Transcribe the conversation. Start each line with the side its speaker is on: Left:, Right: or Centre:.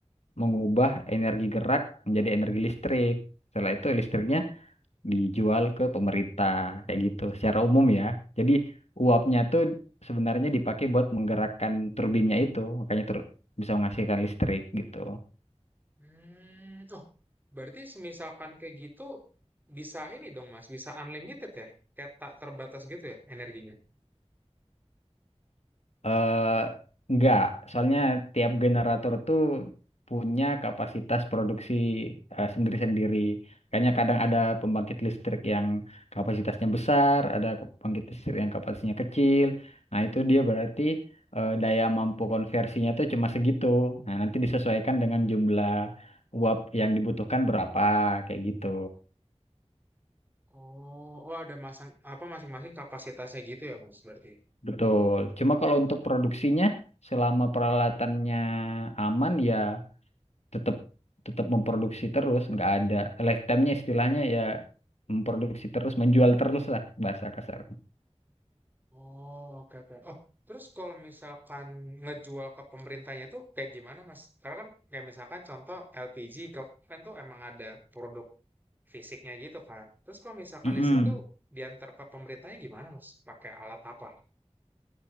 Left: mengubah energi gerak menjadi energi listrik. Setelah itu listriknya dijual ke pemerintah kayak gitu secara umum ya. Jadi uapnya tuh sebenarnya dipakai buat menggerakkan turbinnya itu, makanya tur- bisa menghasilkan listrik gitu.
Right: Mmm, oh, berarti semisalkan kayak gitu, bisa ini dong Mas, bisa unlimited ya? Kayak tak terbatas gitu ya energinya?
Left: eh enggak, soalnya tiap generator tuh punya kapasitas produksi eh, sendiri-sendiri. Kayaknya kadang ada pembangkit listrik yang kapasitasnya besar, ada ke- pembangkit listrik yang kapasitasnya kecil. Nah, itu dia berarti eh, daya mampu konversinya tuh cuma segitu. Nah, nanti disesuaikan dengan jumlah uap yang dibutuhkan berapa, kayak gitu.
Right: Oh oh ada masang apa, masing-masing kapasitasnya gitu ya Mas, berarti?
Left: Betul. Cuma kalau untuk produksinya, selama peralatannya aman ya tetap tetap memproduksi terus nggak ada lifetime-nya istilahnya ya memproduksi terus menjual terus lah bahasa kasar
Right: Oh, oke oke. Oh, terus kalau misalkan ngejual ke pemerintahnya tuh kayak gimana Mas? Karena kan kayak misalkan contoh LPG ke kan tuh emang ada produk fisiknya gitu kan. Terus kalau misalkan
Left: mm
Right: listrik tuh diantar ke pemerintahnya gimana Mas? Pakai alat apa?